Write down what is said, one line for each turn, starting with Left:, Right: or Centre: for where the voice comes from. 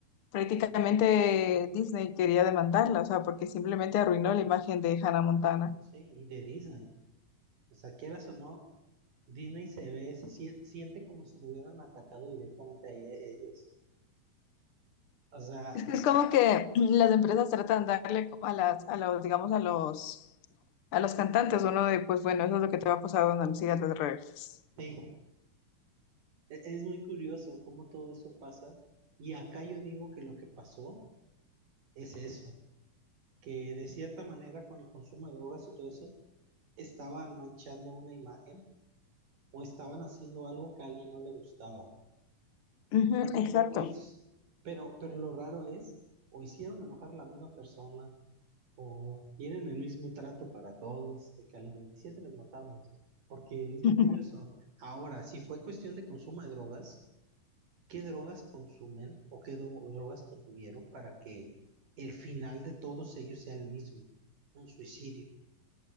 Left: Prácticamente Disney quería demandarla, o sea, porque simplemente arruinó la imagen de Hannah Montana.
Right: sí, y de Disney. O sea, quieras o no, Disney se ve, se sie- siente como si lo hubieran atacado directamente a e- ellos. O sea,
Left: Es que es como que <clears throat> las empresas tratan de darle como a las, a los, digamos, a los, a los cantantes uno de, pues bueno, eso es lo que te va a pasar cuando me sigas las redes.
Right: sí. E- Es muy curioso cómo todo eso pasa. Y acá yo digo que lo que pasó es eso, que de cierta manera con el consumo de drogas y todo eso, estaban manchando una imagen o estaban haciendo algo que a alguien no le gustaba.
Left: Ujú, exacto.
Right: Porque es, pero, pero lo raro es, o hicieron enojar a la misma persona, o tienen el mismo trato para todos, de que a los 27 los matamos. Porque es
Left: Es
Right: muy curioso. Ahora, si fue cuestión de consumo de drogas. qué drogas consumen o qué dro- drogas consumieron para que el final de todos ellos sea el mismo, un suicidio.